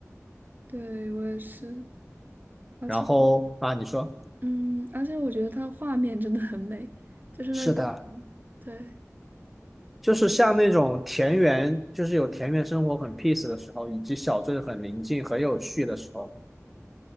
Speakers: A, on the right (about 35°); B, in the centre.
A: 对，我也是，而且，
B: 然后啊，你说
A: 嗯，而且我觉得它画面真的很美，就是那种。
B: 是的，
A: 对，
B: 就是像那种田园，就是有田园生活很 peace 的时候，以及小镇很宁静、很有序的时候，